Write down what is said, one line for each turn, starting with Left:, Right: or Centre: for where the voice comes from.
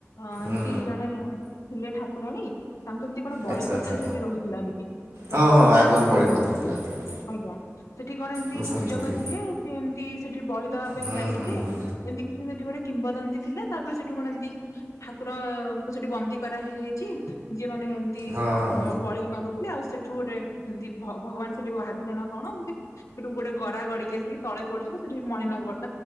Left: ଏମିତି
Right: ହୁଁ
Left: ଜଣେ ଥିଲେ ଠାକୁରାଣୀ ତାଙ୍କୁ ଏମିତି କଣ ବଳି
Right: ଆଚ୍ଛା
Left: ପ୍ରଥା
Right: ଆଚ୍ଛା
Left: ସେଠି ରୋହୁଥିଲା ଏମିତି ତ
Right: ହଁ ହଁ
Left: ସେଠି
Right: ଆଗରୁ
Left: ତାପରେ
Right: ବଳିପଥା ଥିଲା ଥିଲା
Left: ଆଜ୍ଞା ସେଠି କଣ ଏମିତି
Right: ମୁଁ ଶୁଣିଥିଲି
Left: ପୂଜକ ଥିଲେ ସେ ଏମିତି ସେଠି ବଳି ଦବା ପାଇଁ
Right: ହୁଁ
Left: ଯାଇଥିଲେ।
Right: ହୁଁ ହୁଁ
Left: ଏମିତି କିଛି ସେଠି ଗୋଟେ କିମ୍ବଦନ୍ତୀ ଥିଲା ତାପରେ ସେଠୁ କଣ ଏମିତି ଠାକୁରଙ୍କୁ ସେଠି ବନ୍ଦୀ କରା ହେଇଯାଇ ଚି ଯିଏ ମାନେ ଏମିତି
Right: ହଁ ହଁ
Left: ମୋ ବଳି ମାଗୁ ଲେ ଆଉ ସେଠୁ ଗୋଟେ ଏମିତି ଭ ଭଗବାନ ସେଠି ବାହାରିଥିଲେ ନା କଣ ଏମିତି ସେଠୁ ଗୋଟେ ଗରା ଗଡିକି ଆସିକି ତଳେ ପଡିିଜୀବ ସେଠ ମଣିନାାଗ